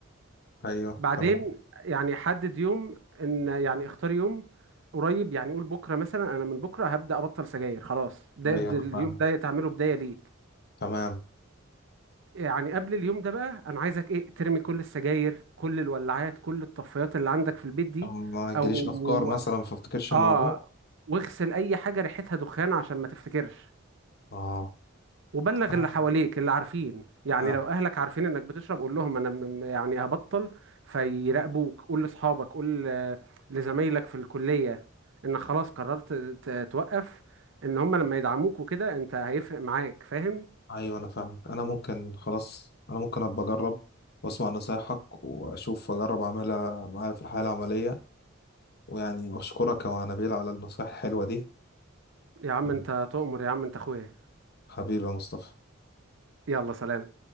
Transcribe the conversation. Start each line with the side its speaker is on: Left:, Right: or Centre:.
Left: أيوه
Right: بعدين
Left: تمام
Right: يعني حدد يوم ان يعني اختار يوم قريب يعني قول بكره مثلا انا من بكره هبدا ابطل سجاير خلاص ده,
Left: أيوه
Right: ده
Left: أنا
Right: اليوم
Left: فاهم
Right: ده تعمله بدايه ليك
Left: تمام
Right: يعني قبل اليوم ده بقى انا عايزك ايه ترمي كل السجاير كل الولاعات كل الطفايات اللي عندك في البيت دي
Left: عشان ما تجيليش
Right: او
Left: أفكار مثلا فافتكرش الموضوع
Right: اه واغسل اي حاجه ريحتها دخان عشان ما تفتكرش
Left: آه
Right: وبلغ
Left: تمام
Right: اللي حواليك اللي عارفين يعني
Left: أنا
Right: لو اهلك عارفين انك بتشرب قول لهم انا م- م- يعني هبطل فيراقبوك قول لاصحابك قول آه، لزمايلك في الكلية انك خلاص قررت ت- توقف ان هم لما يدعموك وكده انت هيفرق معاك فاهم
Left: ايوه انا فاهمك انا ممكن خلاص انا ممكن ابقى اجرب واسمع نصايحك واشوف اجرب اعملها معايا في الحياه العمليه ويعني اشكرك يا نبيل على النصايح الحلوه دي
Right: يا عم
Left: يعني
Right: انت تؤمر يا عم انت اخويا
Left: حبيبي يا مصطفى
Right: يلا سلام